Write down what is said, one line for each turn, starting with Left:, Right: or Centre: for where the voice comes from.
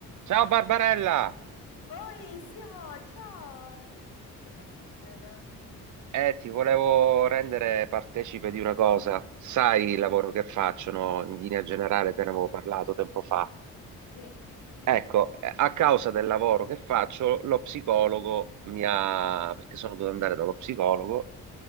Right: Ciao Barbarella!
Left: Oi Simo, ciao, dimmi tutto, che succede?
Right: Eh, ti volevo rendere partecipe di una cosa. Sai
Left: Dimmi,
Right: il lavoro che faccio, no? In linea generale te ne avevo parlato tempo fa.
Left: te, te, te.
Right: Ecco, eh, a causa del lavoro che faccio, lo psicologo mi ha... perché sono dovuto andare dallo psicologo,